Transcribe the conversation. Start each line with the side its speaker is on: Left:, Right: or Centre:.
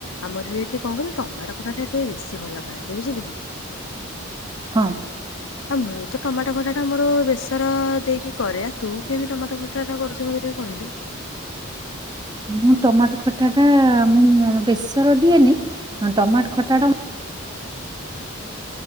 Left: ଆମର ଏଠି କଣ କହିଲୁ ଟମାଟୋ ଖଟାଟ ଟା ଟିକେ ବେଶୀ ଭଲ ପାଆନ୍ତି ବୁଝିଲୁ।
Right: ହଁ।
Left: ଆଁ ମୁଁ ତ ଟମାଟୋ <unintelligible> ଆମର ବେସର ଦେଇକି କରେ ଆ ତୁ କେମିତି ଟମାଟୋ ଖଟାଟା କରୁଛୁ ମତେ ଟିକେ କହିଲୁ?
Right: ମୁଁ ଟମାଟ ଖଟା ଟା ମୁଁ ବେସର ଦିଏନି ଟମାଟ ଖଟା ଟା